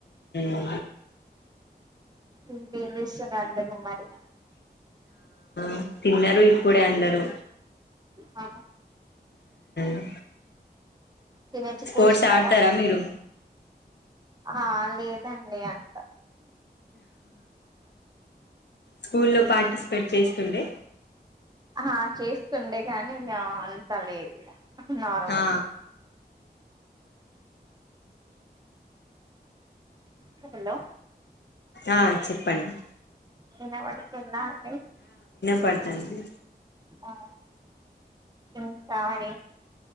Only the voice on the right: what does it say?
ఇంకేం విష్యంగా అంద కుమారి
అ
తినేసి
కూర్చున్నారా
ఆ లేదండి అంత
ఆ చేస్తుండే గాని ఇంకా అంత లేదు ఇడ నార్మల్
హలో
వినబడుతుందా అండి
ఆ ఎ కావలి